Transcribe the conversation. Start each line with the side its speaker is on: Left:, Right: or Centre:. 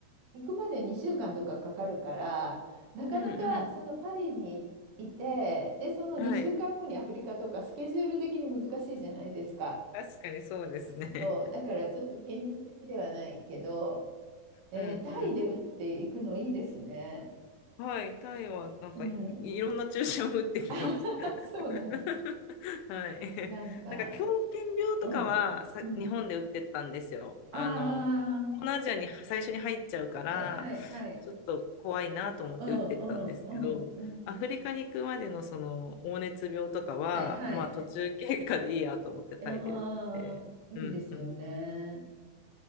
Right: 行くまで2週間とかかかるから、なかなかそのパリにいて、
Left: うんう
Right: で、その2週間後にアフリカとかスケジュール的に難しいじゃないですか。
Left: ん。はい。確かにそうですね。
Right: そうそう。だからちょっと現実的ではないけど、えータイで打っていくのいいですね。
Left: うんうん。はい、タイはなんかい、
Right: うん。
Left: いろんな注射を打ってきました。
Right: <laughs>
Left: <laughs>
Right: そうなんだ。
Left: はい。
Right: なんか、
Left: なんか狂犬病とかはさ、
Right: うん。うん。
Left: 日本で打ってったんですよ。あの、
Right: あ
Left: 東南アジアに最初に入っちゃうから、
Right: あ、はいはいはい。
Left: ちょっと怖いなと思って打ってったんですけど、
Right: うんうんうんうん。
Left: アフリカに行くまでのその黄熱病とかは、
Right: はいはい。
Left: まあ途中経過でいいやと思ってタイで打って。
Right: ああ、いいですよね。
Left: うんうん。